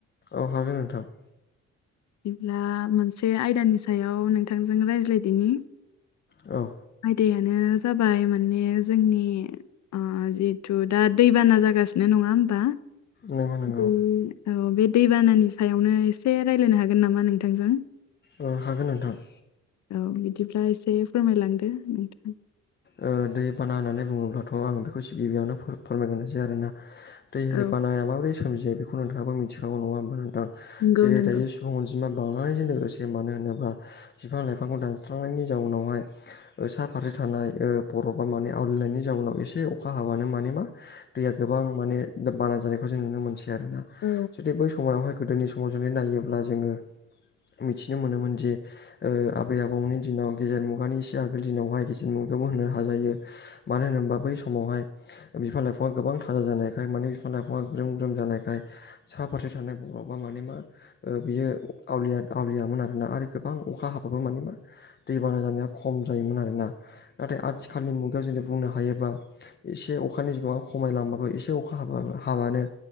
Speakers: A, on the left; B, on the left.
A: औ हागोन नोंथां।
B: बिदिब्ला मोनसे आयदानि सायाव नोंथांजों रायज्लायदिनि
A: औ
B: आयदायानो जाबाय माने जोंनि आ जिहेथु दा दैबाना जागासिनो नङा होमबा?
A: नंगौ नंगौ
B: बे औ बे दैबानानि सायावनो एसे राय्लायनो हागोन नामा नोंथांजों?
A: ओ हागोन नोंथां।
B: औ बिदिब्ला एसे फोरमायलांदो नोंथां
A: ओ दै बाना होननानै बुङोब्लाथ' आं बेखौ गिबियावनो फोरमायगोन जै आरोना दै
B: औ
A: बानाया माबोरै सोमजियो बेखौ नोंथाङाबो मिथिखागौ नङा होमबा नोंथां
B: नंगौ
A: जेरै
B: नंगौ
A: दायो सुबुं अनजिमा बांलनायजों लोगोसे मानो होनोब्ला बिफां लाइफांखौ दानस्रांनायनि जाउनावहाय सा फारसे थानाय ओ बरफ बा माने आवलिनायनि जाउनाव एसे अखा हाबानो माने मा दैया गोबां माने दा बाना जानायखौ जों नुनो मोनसै आरोना
B: औ
A: जुदि बै समायावहाय गोदोनि समाव जुदि नायोब्ला जोङो मिथिनो मोनोमोनदि ओ आबै आबौमोननि दिनाव गेजेर मुगानि एसे आगोल दिनावहाय गिसिर मुगायावबो होनो हाजायो मानो होनोबा बै समावहाय बिफां लाइफाङा गोबां थाजा जानायखाय माने बिफां लाइफाङा ग्रोम ग्रोम जानायखाय साहा फारसे थानाय बरफ बा माने मा ओ बियो आवलिया आवलियामोन आरोना आरो गोबां अखा हाबाबो माने मा दै बाना जानाया खम जायोमोन आरोना नाथाय आथिखालनि मुगायाव जुदि बुंनो हायोबा एसे अखानि बिबाङा खमायलांबाबो एसे अखा अखा हाबा हाबानो